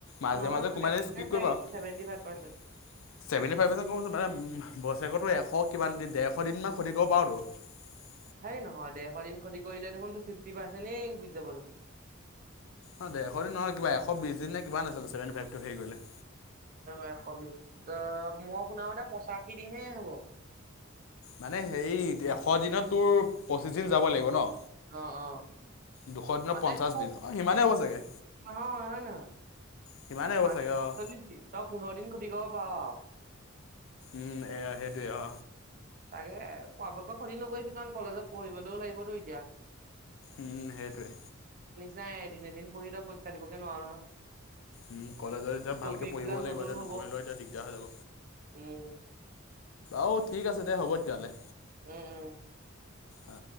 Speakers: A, on the left; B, on the right.
A: মাজে
B: নহয়
A: মাজে কোমাই
B: এটেনডেঞ্চ
A: কি কৰিবা
B: <inaudible>
A: <inaudible> কিমান দিন ডেৰশ দিন মমান খতি কৰিব পাৰ
B: সেই নহয় দে এশ দিন খ্ষতি কৰিলে দেখোন ফিফটি পাৰ্চেণ্টেই গুজি যাব দেখোন
A: অ দেৰশ দিন নহয় কিব এশ বিশ দিন নে কা নাছিলে চেভে ফাইভ টোে গলে
B: এশ বিশ মই শুনাাম দে পঁচাশী দিনহে হ'ব
A: মানে হেই এশ দিনত তোৰ পঁচিশ দিন যাব লাগিব ন
B: অ অ
A: দুশ দিনৰ
B: মানে
A: পঞ্চাশ
B: শু-
A: দিন অ সিমানেই হ'ব চাগে
B: মাহৰ হয় হয় নহয়
A: সিমানেই হ'ব
B: মানে
A: চাগে
B: পাতচল্লিশ
A: অ',
B: দিন তই পোন্ধৰ দিন খতি ক পাৰ
A: উম এয়া সেইটোৱে অ
B: তাকে পৰাপক্ষ ক্ষতি নকৰি কিছমান কলেজত পঢ়িবলৈও লাগিবতো এতিয়া
A: উম সেইটোৱে
B: নাই এদিন এদিন পঢ়ি ত প চা দিবকে নোৱাৰো নহয়
A: উ কলেজত এতিয়া
B: টপিক
A: ভালকে পঢ়িবও
B: বিলাক
A: লাগিব
B: নতুন
A: এতিয়া
B: হব
A: নপঢ়িলেও এতিয়া দিগদাৰ হৈ যাব
B: উম
A: ঔ ঠিক আছে দে হ'ব তেতিয়াহ'লে
B: উম উম
A: অ